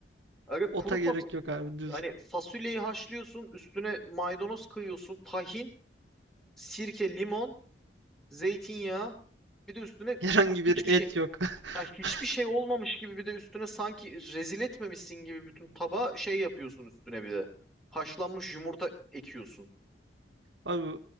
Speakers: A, in the centre; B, on the right.
A: öyle
B: Ota
A: kuru fas
B: gerek yok abi düz.
A: hani fasulyeyi haşlıyorsun, üstüne maydanoz kıyıyorsun, tahin, sirke, limon, zeytinyağı, bir de üstüne
B: <laughs> Herhangi
A: hiçbir
B: bir et
A: şey
B: yok.
A: ha,
B: <laughs>
A: hiçbir şey olmamış gibi bir de üstüne sanki rezil etmemişsin gibi bütün tabağa şey yapıyorsun üstüne bir de. Haşlanmış yumurta ekiyorsun.
B: Abi